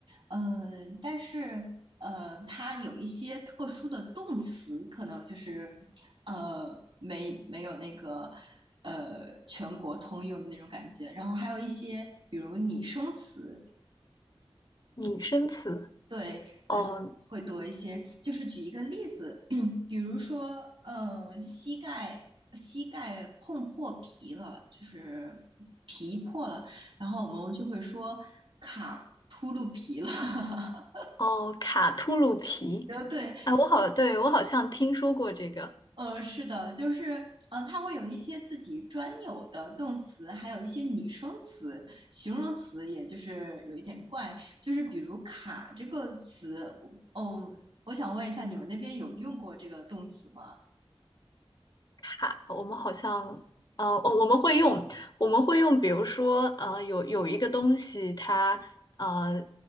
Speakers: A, on the right; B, on the left.
A: 嗯、但是呃，它有一些特殊的动词，可能就是呃，没没有那个呃全国通用的那种感觉，然后还有一些比如拟声词，
B: 拟声词？
A: 对。
B: 哦
A: 会多一些。就是举一个例子，<clears throat> 比如说，呃，膝盖膝盖碰破皮了，就是皮破了，然后我们就会说卡秃噜皮了。<laughs>
B: 哦，卡秃噜皮。
A: 然后对，
B: 哎，我好，对，我好像听说过这个
A: 呃，是的，就是。嗯，它会有一些自己专有的动词，还有一些拟声词、形容词，也就是有一点怪。就是比如“卡”这个词，嗯哦，我想问一下，你们那边有用过这个动词吗？
B: 卡，我们好像。呃，哦，我们会用，我们会用，比如说，呃，有有一个东西它呃